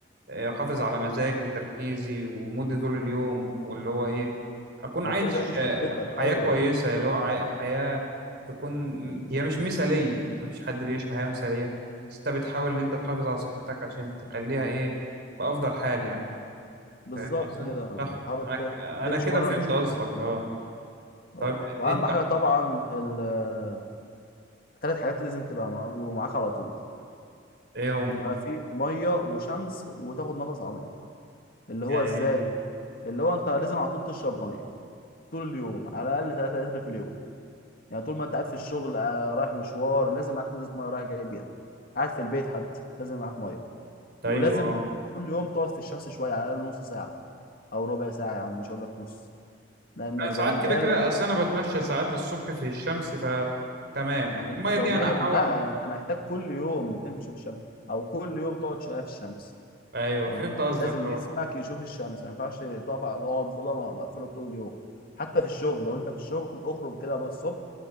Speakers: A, on the right; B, on the left.
A: آه، احافظ على مزاجي وتركيزي ومودي طول اليوم واللي هو ايه اكون
B: هو
A: عايش
B: كل ده بيشتتك
A: آه،
B: ايوه
A: حياة كويسة اللي هو عاي- حياة تكون هي مش مثالية مفيش حد بيعيش حياة مثالية بس انت بتحاول ان انت تحافظ على صحتك عشان تخليها ايه بافضل حال يعني
B: بالظبط
A: فاهم قصدي
B: كده
A: صح
B: حاول
A: انا
B: ت- تمشي
A: انا كده
B: بره
A: فهمت
B: المشتتات
A: قصدك
B: كلها
A: اه
B: اه
A: طيب
B: واهم
A: انت
B: حاجه طبعا ال- تلات حاجات لازم تبقى مع- يبقوا معاك على طول
A: ايه هم
B: يبقى في ميه وشمس وتاخد نفس عميق اللي هو
A: يعني
B: ازاي
A: ايه
B: اللي هو انت لازم على طول تشرب ميه طول اليوم على الاقل 3 لتر في اليوم يعني طول ما انت قاعد في الشغل آه، رايح مشوار لازم معاك ازازه ميه رايح جاي بيها قاعد في البيت حتى لازم معاك ميه
A: طيب
B: ولازم
A: اه
B: كل يوم تقعد في الشمس شويه على الاقل نص ساعه او ربع ساعه يا عم مش هقول لك نص لان
A: انا
B: فيتامين
A: ساعات كده
B: د
A: كده اصل انا بتمشى ساعات الصبح في الشمس ف تمام
B: ما هو مش
A: المية
B: يوميا
A: دي انا هحاول
B: بقى انت محتاج كل يوم تمشي في الشمس او كل يوم تقعد شويه في الشمس
A: ايوه
B: يعني
A: فهمت قصدك
B: لازم
A: اه
B: جسمك يشوف الشمس ما ينفعش تقف على تقعد في اوضه مقفوله طول اليوم حتى في الشغل لو انت في الشغل اخرج كده بقى الصبح